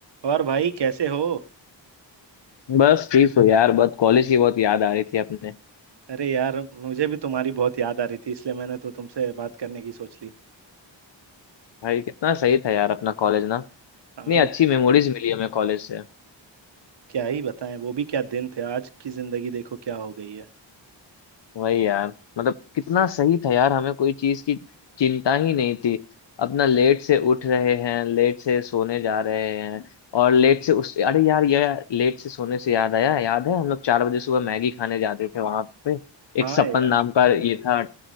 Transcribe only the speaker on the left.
बस ठीक हो यार बहुत कॉलेज की बहुत याद आ रही थी अपने
भाई कितना सही था यार अपना कॉलेज ना इतनी
अच्छी
मेमोरीज मिली हमें कॉलेज से
वही यार मतलब कितना सही था यार हमें कोई चीज की चिंता ही नहीं थी अपना लेट से उठ रहे हैं लेट से सोने जा रहे हैं और लेट से उस अरे यार यार लेट से सोने से याद आया याद है हम लोग चार बजे सुबह मैगी खाने जाते थे वहां पे
एक सपन
नाम का ये था